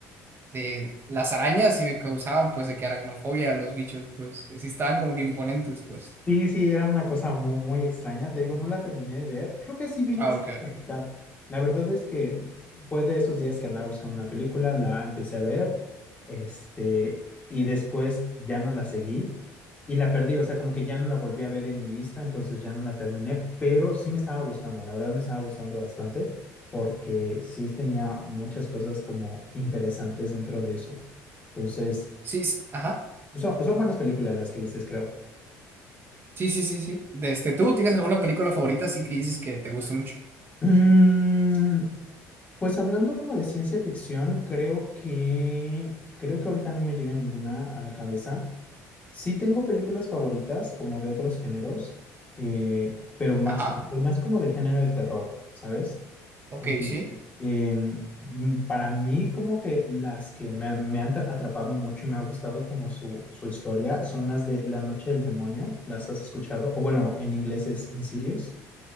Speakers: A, on the right; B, on the left.
A: de las arañas y me causaban, pues, de que aracnofobia a los bichos, pues, sí estaban como que imponentes, pues.
B: Sí, sí, era una cosa muy, muy extraña. Te digo, no la terminé de ver. Creo que sí vi más
A: Ah, ok, ok.
B: de la mitad. La verdad es que fue de esos días que andaba buscando una película, la empecé a ver, este, y después ya no la seguí y la perdí. O sea, como que ya no la volví a ver en mi lista, entonces ya no la terminé, pero sí me estaba gustando. La verdad me estaba gustando bastante porque sí tenía muchas cosas como interesantes dentro de eso. Entonces,
A: Sí, sí, ajá.
B: son, son buenas películas las que dices, creo.
A: Sí, sí, sí, sí. De este, ¿tú tienes alguna película favorita así que dices que te gusta mucho?
B: Mm, Pues hablando como de ciencia ficción, creo que creo que ahorita no me llega ninguna a la cabeza. Sí tengo películas favoritas como de otros géneros, eh, pero más,
A: Ajá,
B: más como del género de terror, ¿sabes?
A: ok,
B: Entonces,
A: sí.
B: em, mm, para mí como que las que me, me han tra- atrapado mucho y me ha gustado como su, su historia son las de La Noche del Demonio, ¿las has escuchado? O bueno, en inglés es Insidious.